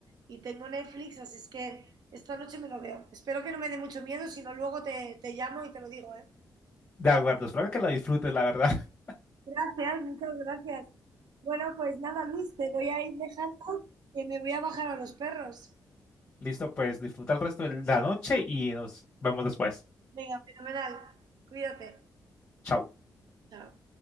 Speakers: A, on the right; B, on the left.
A: y tengo Netflix, así es que esta noche me lo veo. Espero que no me dé mucho miedo, si no luego te, te llamo y te lo digo, ¿eh?
B: De acuerdo, espero que la disfrutes, la verdad. <laughs>
A: Gracias, muchas gracias. Bueno, pues nada, Luis, te voy a ir dejando que me voy a bajar a los perros.
B: Listo, pues disfruta el resto de la noche y nos vemos después.
A: Venga, fenomenal. Cuídate.
B: Chao.
A: Chao.